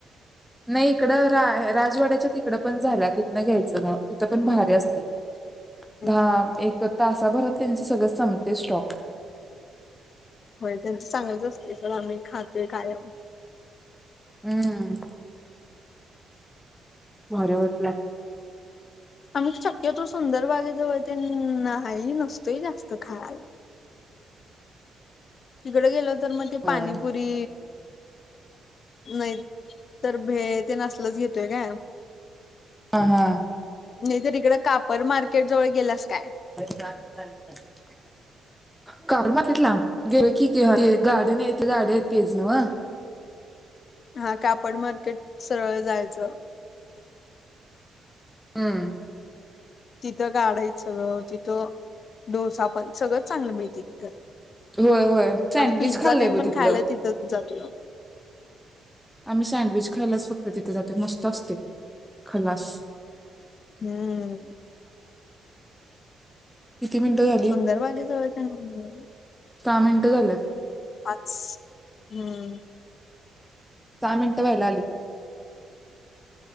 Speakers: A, in the centre; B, on the left (about 55°).
A: नाही इकडं रा राजवाड्याच्या तिकडं पण झाल्या. तिथनं घ्यायचं मग तिथं पण भारी असतंय. धाम
B: हम्म
A: एक तास भरात त्यांच सगळं संपतंय स्टॉक.
B: होय त्यांच चांगलंच असतंय सोड आम्ही खातो कायम.
A: हम्म. भारी वाटलं.
B: आम्ही शक्यतो सुंदर बागेजवळ त्यांना हा ही नसतोय जास्त त खायला तिकड गेलोत नाही तर मग
A: लागतं.
B: ते पाणीपुरी, नाहीतर भेळ तेन असलंच घेतो काय
A: हा हा
B: नाहीतर इकड काप परत मार्केट जवळ गेलास काय?
A: <unintelligible> गेलो की ते गाडी नाही ते गाडी हाय तेच नव्हं?
B: हा कापड मार्केट सरळ जायच
A: हम्म.
B: तिथ गाडा हायीत सगळं, तिथ डोसा पण सगळंच चांगल मिळतंय तिथं.
A: होय, होय सँडविच
B: आम्ही पिझ्झा
A: खाल्लंय
B: तेन
A: बघ
B: पण
A: तिथलं.
B: खायला तिथंच जातोय
A: आम्ही सँडविच खायलाच फक्त तिथे जातोय मस्त असतंय. खलास
B: हम्म.
A: किती मिनिटं झाली?
B: सुंदर बागे जवळच्या तेन
A: सहा मिनिटं झाल्यात.
B: पाच, हम्म.
A: दहा मिनिटं व्हायला आलीत.